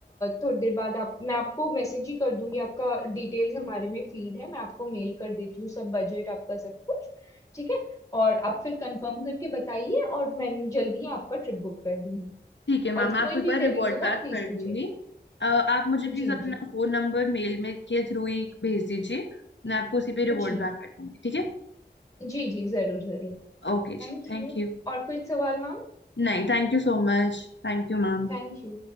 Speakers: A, on the left (about 15°); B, on the left (about 85°).
A: थोड़ी देर बाद आप मैं आपको मैसेज ही कर दूंगी आपका डिटेल्स हमारे में फीड है मैं आपको मेल कर देती हूँ सब बजट आपका सब कुछ ठीक है और आप फिर कंफर्म करके बताइए और मैं जल्दी ही आपका ट्रिप बुक कर दूंगी
B: ठीक है मैम
A: और
B: मैं आपको
A: कोई
B: एक
A: भी
B: बार
A: क्वेरीज
B: रिवॉर्ड
A: होगा
B: बैक
A: प्लीज
B: कर
A: पूछे
B: दूंगी अ, आप मुझे प्लीज
A: जी
B: अपना
A: जी
B: फोन नंबर मेल में के थ्रू ही भेज दीजिए मैं आपको उसी पे रिवॉर्ड
A: जी
B: बैक कर दूंगी ठीक है
A: जी जी जरूर जरूर
B: ओके
A: Thank
B: जी थैंक
A: you
B: यू
A: और कुछ सवाल मैम
B: नहीं thank you so much thank you ma'am
A: Thank you